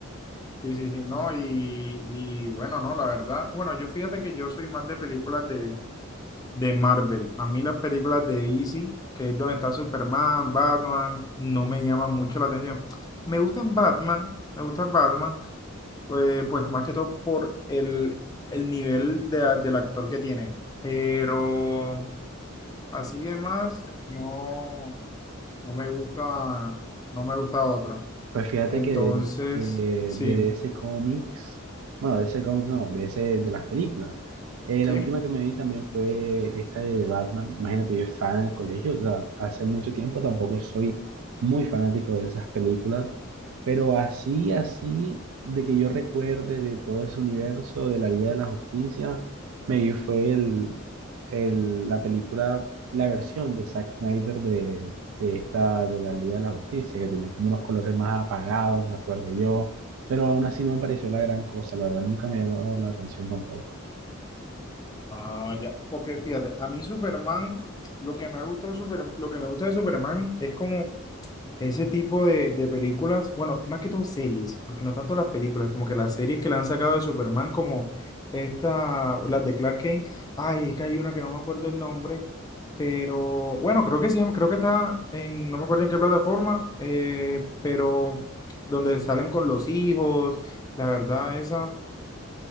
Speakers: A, on the left; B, on the right.
A: Sí, sí, sí, no, y, y bueno, no, la verdad, bueno, yo fíjate que yo soy más de películas de, de Marvel. A mí las películas de DC, que es donde está Superman, Batman, no me llaman mucho la atención. Me gustan Batman, me gustan Batman, pues, pues más que todo por el, el nivel de, del actor que tiene. Pero así de más, no, no me gusta, no me gusta otro.
B: Pues fíjate
A: Entonces,
B: que de, de,
A: sí.
B: de DC Comics, bueno, de DC Comics no, de ese, de las películas. Eh,
A: Sí,
B: la última que me vi también fue esta de, The Batman. Imagínate, yo estaba en el colegio, o sea, hace mucho tiempo tampoco soy muy fanático de esas películas, pero así, así, de que yo recuerde de todo ese universo, de la Liga de la Justicia, me vi fue el, el- la película, la versión de Zack Snyder de esta, de la Liga de la Justicia, que tenía como unos colores más apagados, me acuerdo yo, pero aún así no me pareció la gran cosa, la verdad nunca me llamó la atención tampoco.
A: Ah, ya. Porque fíjate, a mí Superman, lo que me gusta de Superman, lo que me gusta de Superman es como ese tipo de, de películas, bueno, más que todo series, porque no tanto las películas, como que las series que le han sacado de Superman, como esta, las de Clark Kent, ay, es que hay una que no me acuerdo el nombre, pero bueno, creo que sí, creo que está en, no me acuerdo en qué plataforma, eh, pero donde salen con los hijos, la verdad, esa.